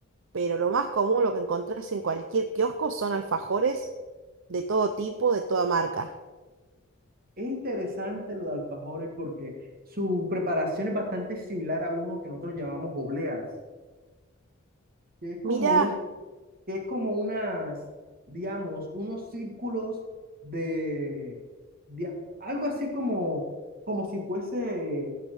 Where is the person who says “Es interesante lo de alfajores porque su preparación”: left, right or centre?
Right